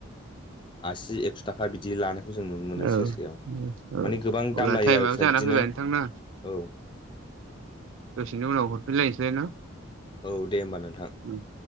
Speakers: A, on the left; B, on the right.
A: आसि एकस' थाखा बिदि लानायखौ जों नुनो मोनो
B: औ
A: सेरसेयाव
B: औ
A: माने गोबां
B: अब्ला
A: दाम लायो
B: टाइमाबो
A: आरोखि ना
B: जाना
A: बिदिनो
B: फैबाय
A: औ
B: नोंथां ना दसेनि उनाव हरफिनलायनोसै ना
A: औ दे होमबा नोंथां।
B: ओम